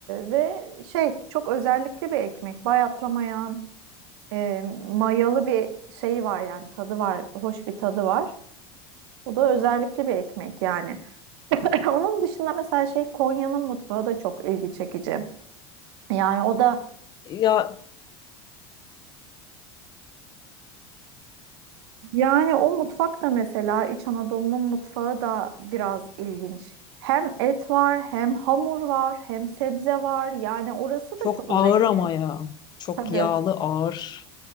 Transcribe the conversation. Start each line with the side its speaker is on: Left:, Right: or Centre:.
Right: ve şey çok özellikli bir ekmek. Bayatlamayan, e, mayalı bir şeyi var yani tadı var, hoş bir tadı var. Bu da özellikli bir ekmek yani. <clears throat> <laughs> Onun dışında mesela şey Konya'nın mutfağı da çok ilgi çekici. Yani o da
Left: Ya
Right: Yani o mutfak da mesela İç Anadolu'nun mutfağı da biraz ilginç. Hem et var, hem hamur var, hem sebze var. Yani orası
Left: çok
Right: da çok
Left: ağır
Right: zengin.
Left: ama ya. Çok
Right: Tabii.
Left: yağlı, ağır.